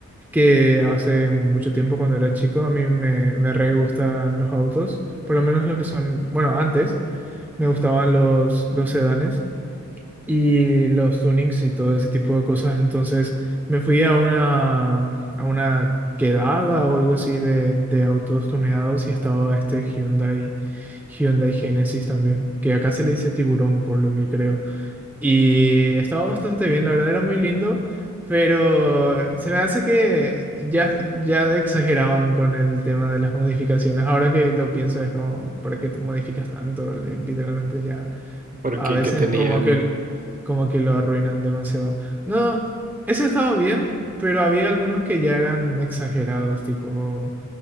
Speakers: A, in the centre; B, on the right (about 25°).
A: que hace mucho tiempo cuando era chico a mí me, me re gustan los autos, por lo menos los que son, bueno, antes me gustaban los, los sedanes y los tunings y todo ese tipo de cosas, entonces me fui a una, a una quedada o algo así de, de autos tuneados y estaba este Hyundai, Hyundai Genesis también, que acá se le dice tiburón por lo que creo. Y estaba bastante bien, la verdad era muy lindo, pero se me hace que ya, ya exageraban con el tema de las modificaciones. Ahora que lo pienso es como, ¿para qué te modificas tanto? Le- Literalmente ya...
B: porque
A: A veces
B: que tenía.
A: como que, como que lo arruinan demasiado. No, eso estaba bien, pero había algunos que ya eran exagerados, tipo,